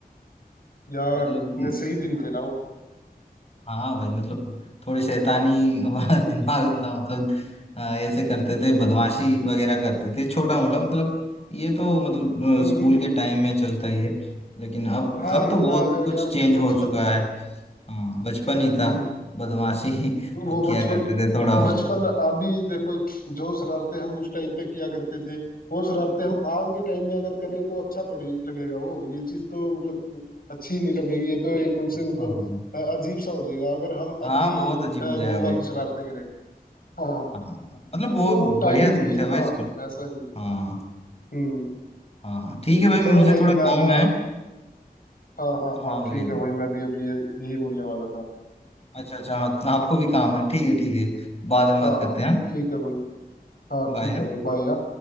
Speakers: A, on the left (about 65°); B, on the left (about 40°).
A: यार
B: मतलब
A: कितने सही दिन थे ना वो
B: हाँ भाई मतलब थोड़ी शैतानी वाला <laughs> दिमाग था मतलब अ, ऐसे करते थे बदमाशी वगैरह करते थे छोटा मोटा मतलब ये तो मतलब
A: हम्म
B: अ, स्कूल
A: हम्म हम्म
B: के टाइम में चलता ही है लेकिन अब
A: हाँ
B: अब
A: इतना
B: तो बहुत
A: अगर
B: कुछ
A: यार
B: चेंज
A: फिर
B: हो
A: बचपन
B: चुका
A: है
B: है हाँ बचपन
A: बिल्कुल
B: ही था बदमाशी <laughs>
A: वो
B: तो किया
A: बचपन
B: करते थे थोड़ा बहुत
A: बचपन अभी देखो जो शरारते हम उस टाइम पे किया करते थे वो शरारते हम आज के टाइम में अगर करें तो अच्छा थोड़ी लगेगा वो ये चीज तो मतलब अच्छी नहीं लगेगी ये तो एकदम से
B: हाँ
A: मतलब
B: हाँ
A: अ- अजीब सा हो जाएगा अगर हम
B: हाँ,
A: अभी
B: बहुत अजीब
A: अ,
B: हो जाएगा
A: वो
B: भाई
A: वाली शरारते करें हाँ हाँ,
B: हाँ मतलब वो
A: तो वो टाइम
B: बढ़िया दिन
A: ही
B: थे भाई
A: था
B: स्कूल
A: ऐसा ही
B: हाँ
A: हम्म
B: हाँ ठीक है भाई मुझे
A: चलो भाई
B: थोड़ा
A: मैं
B: काम
A: ना
B: है
A: हाँ हाँ हाँ
B: हाँ भाई
A: ठीक है भाई मैं भी अभी ये- यही बोलने वाला था
B: अच्छा अच्छा हाँ, आपको भी काम है ठीक है ठीक है बाद में बात
A: हाँ
B: करते
A: हाँ
B: हैं
A: ठीक है भाई हाँ
B: बाय
A: ठीक है भाई बाय